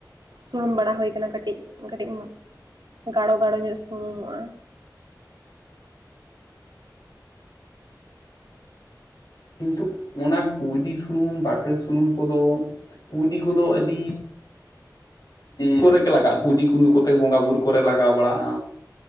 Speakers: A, on the right; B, on the left.
A: ᱥᱩᱱᱩᱢ ᱵᱟᱲᱟ ᱦᱩᱭ ᱠᱟᱱᱟ, ᱠᱟᱹᱴᱤᱡ ᱠᱟᱹᱴᱤᱡ ᱜᱟᱲᱚ ᱜᱟᱲᱚ ᱧᱚᱜ ᱥᱩᱱᱩᱢᱚᱜᱼᱟ᱾
B: ᱠᱤᱱᱛᱩ ᱚᱱᱟ ᱠᱩᱸᱭᱰᱤ ᱥᱩᱱᱩᱢ ᱵᱟᱠᱲᱮ ᱥᱩᱱᱩᱢ ᱠᱚᱫᱚ ᱠᱩᱸᱭᱰᱤ ᱠᱚᱫᱚ ᱟᱹᱰᱤ ᱠᱚᱨᱮ ᱜᱮ ᱞᱟᱜᱟᱜᱼᱟ ᱠᱩᱸᱭᱰᱤ ᱠᱩᱢᱤ ᱠᱚᱛᱮ ᱵᱚᱸᱜᱟ ᱵᱩᱨᱩ ᱠᱚᱨᱮ ᱞᱟᱜᱟᱣ ᱵᱟᱲᱟᱜᱼᱟ᱾